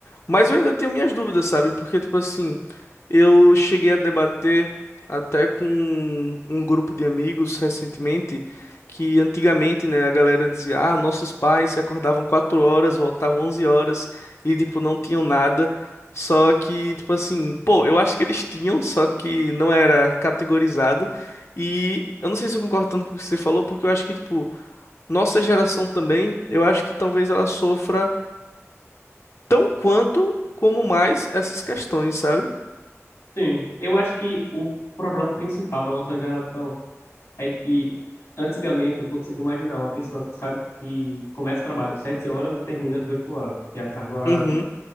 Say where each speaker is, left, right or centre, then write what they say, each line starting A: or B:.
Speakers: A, on the left; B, on the left.
A: Mas eu ainda tenho minhas dúvidas, sabe? Porque, tipo assim, eu cheguei a debater até com um grupo de amigos recentemente que antigamente, né, a galera dizia: ah, nossos pais se acordavam 4 horas, voltavam 11 horas e, tipo, não tinham nada. Só que, tipo assim, pô, eu acho que eles tinham, só que não era categorizado. E eu não sei se eu concordo tanto com o que você falou, porque eu acho que, tipo, nossa geração também, eu acho que talvez ela sofra tão quanto como mais essas questões, sabe?
B: Sim, eu acho que o problema principal da nossa geração é que antigamente eu consigo imaginar uma pessoa que sabe que começa o trabalho sete horas e termina às oito horas, que é a carga horária
A: Uhum.